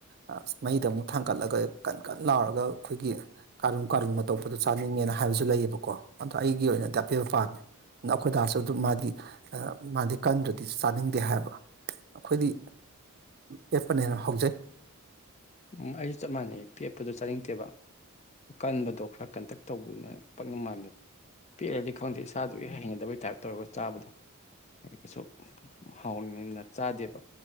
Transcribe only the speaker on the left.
ꯎꯝ ꯑꯩꯁꯨ ꯆꯞ ꯃꯥꯟꯅꯩ ꯄꯦꯠꯄꯗꯣ ꯆꯥꯅꯤꯡꯇꯦꯕ ꯀꯟꯕꯗꯣ ꯈꯔ ꯀꯟꯇꯦꯛ ꯇꯧꯕꯗꯨꯅ ꯄꯛꯅ ꯃꯥꯟꯗ ꯄꯤꯛꯑꯗꯤ ꯈꯪꯗꯦ ꯏꯁꯥꯗ ꯑꯗꯨꯛꯀꯤ ꯍꯩꯅꯗꯕꯩ ꯇꯥꯏꯞ ꯇꯧꯔꯒ ꯆꯥꯕꯗꯣ ꯑꯩ ꯀꯩꯁꯨ ꯍꯥꯎꯔꯤꯅꯤꯅ ꯆꯥꯗꯦꯕ